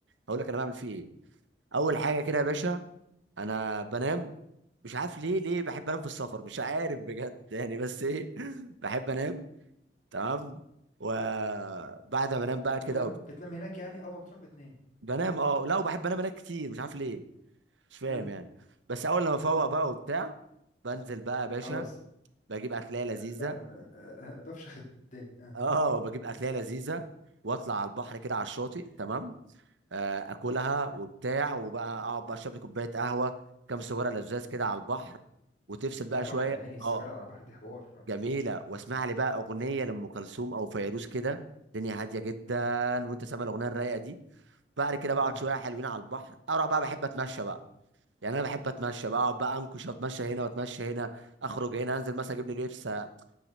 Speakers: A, on the right; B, on the left.
A: هقول لك انا بعمل فيه ايه اول حاجة كده يا باشا انا بنام مش عارف ليه ليه بحب انام في السفر مش عارف بجد <laughs> يعني بس ايه <laughs> بحب انام تمام وبعد ما انام بقى
B: بتنام
A: كده وب-
B: بتنام هناك يعني أول ما بتروح بتنام
A: بنام اه لا وبحب انام انام كتير مش عارف ليه مش فاهم
B: امم
A: يعني بس اول لما افوق
B: امم
A: بقى وبتاع بنزل بقى يا باشا
B: خلاص
A: بجيب اكلية لذيذة
B: آه، ب- آه، آه، آه، بفشخ الدنيا آه.
A: اه بجيب اكلية لذيذة واطلع على البحر كده على الشاطئ تمام آه، اكلها وبتاع وبقى اقعد بقى اشرب لي كوباية قهوة كام سجارة لزاز كده على البحر وتفصل بقى
B: على البحر
A: شوية
B: يا عيني السيجارة
A: اه
B: على البحر دي حوار اه
A: جميلة واسمع لي بقى أغنية لأم كلثوم أو فيروز كده الدنيا هادية جدا
B: امم
A: وأنت سامع الأغنية الرايقة دي بعد كده بقعد
B: اه
A: شوية حلوين على البحر أروح بقى بحب أتمشى بقى يعني أنا بحب أتمشى بقى أقعد بقى أنكش وأتمشى هنا وأتمشى هنا أخرج هنا أنزل مثلا أجيب لي لبس ال-